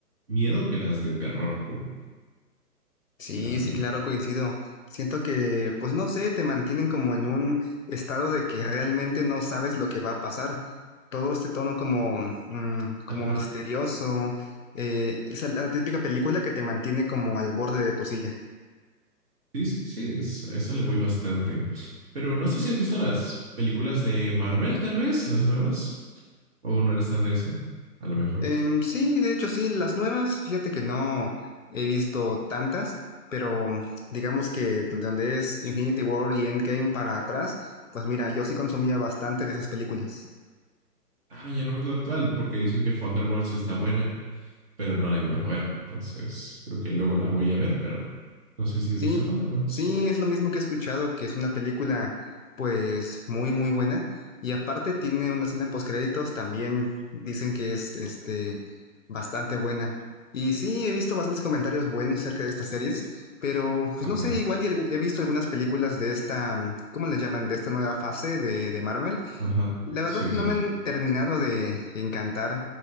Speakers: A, on the right (about 35°); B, on the left (about 55°).
A: miedo que las de terror puro,
B: Sí,
A: la verdad.
B: sí, claro, coincido. Siento que, pues no sé, te mantienen como en un estado de que realmente no sabes lo que va a pasar. Todo este tono como, mm, como
A: Ajá.
B: misterioso. eh, es la típica película que te mantiene como al borde de tu silla.
A: Sí, sí, sí, es- a eso le voy bastante. Pero no sé si has visto las películas de Marvel, tal vez, las nuevas, o no eres tan de eso, a lo mejor.
B: Em, sí, de hecho, sí, las nuevas, fíjate que no he visto tantas, pero digamos que donde donde es Infinity War y Endgame para atrás, pues mira, yo sí consumía bastante de esas películas.
A: Ah, ya no es lo actual, porque dicen que Thunderbolts está buena, pero no la he ido a ver. Entonces, creo que luego la voy a ver, pero no sé si
B: Sí,
A: has visto Thunderbolts.
B: sí, es lo mismo que he escuchado, que es una película pues muy, muy buena. Y aparte tiene una escena postcréditos, también dicen que es este bastante buena. Y sí, he visto bastantes comentarios buenos acerca de estas series, pero pues
A: Ajá.
B: no sé, igual y el- he visto algunas películas de esta, ¿cómo le llaman? De esta nueva fase de, de Marvel.
A: Ajá,
B: La verdad
A: sí,
B: que
A: sí,
B: no me
A: sí.
B: han terminado de encantar,